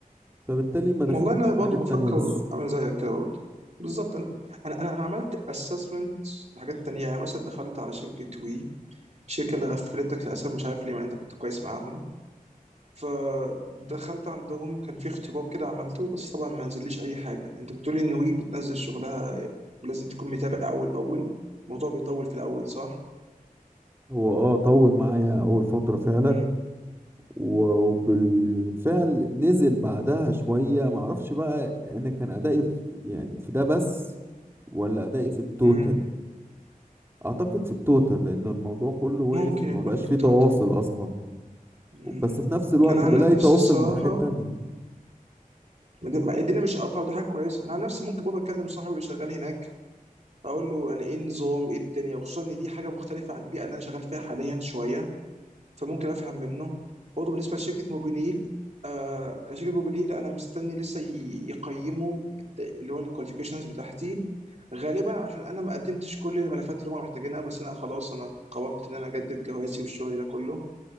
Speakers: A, on the right; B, on the right.
A: فبالتالي ما دخلتش
B: والله انا
A: في
B: برضه
A: الحاجة التانية
B: بفكر
A: لسه
B: اعمل زيك كده برضه بالظبط انا انا انا أنا عملت اسسمنت لحاجات تانية يعني مثلا دخلت على شركه وي الشركه اللي غفلتك للاسف مش عارف ليه مع إن انت كنت كويس معاهم فدخلت عندهم كان في اختبار كده عملته بس طبعا ما نزليش اي حاجه انت بتقولي ان وي بتنزل شغلها ولازم تكون متابع اول باول الموضوع بيطول في الاول صح
A: هو اه طول معايا أول فترة فعلا
B: امم
A: وبالفعل نزل بعدها شوية معرفش بقى انا كان ادائي في- يعني في ده بس ولا ادائي في التوتال
B: امم
A: اعتقد في التوتال لان الموضوع كله وقف
B: ممكن
A: وما
B: يكون
A: بقاش
B: في
A: فيه
B: التوتال
A: تواصل اصلا
B: امم
A: بس في نفس الوقت
B: انا عن
A: بلاقي
B: نفسي
A: تواصل
B: الصراحه
A: من حاجات تانية
B: ما دي- ما- الدنيا مش قاطعه ودي حاجه كويسه انا عن نفسي ممكن برضه اكلم صاحبي اللي شغال هناك اقول له يعني ايه النظام ايه الدنيا وخصوصا ان دي حاجه مختلفه عن البيئه اللي انا شغال فيها حاليا شويه فممكن افهم منه برضه بالنسبه لشركه موبينيل آه شركه موبينيل انا مستني لسه ي- يقيموا الت- اللي هو الكواليفيكيشنز بتاعتي غالبا عشان انا ما قدمتش كل الملفات اللي هم محتاجينها بس انا خلاص انا قررت ان انا اجدد جوازي والشغل ده كله